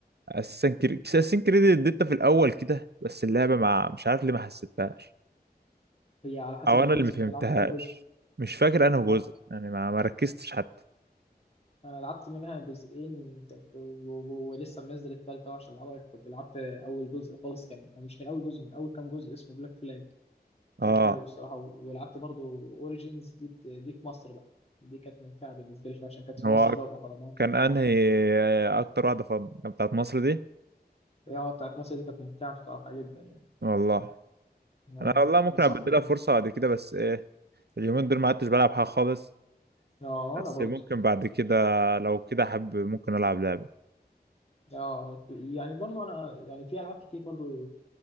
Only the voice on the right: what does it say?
أساسن كريد أساسن كريد اديتها في الأول كده بس اللعبة مع مش عارف ليه ما حسيتهاش
أو
أنا اللي ما فهمتهاش
مش فاكر أنا جزء
يعني ما... ما ركزتش حتى
اه
هو
كان
أنهي أكتر واحدة فن بتاعت مصر دي
والله
أنا والله ممكن
أبدلها
فرصة بعد كده بس إيه اليومين دول ما عدتش بلعب حاجة خالص
بس
ممكن بعد كده لو كده حب ممكن ألعب لعبة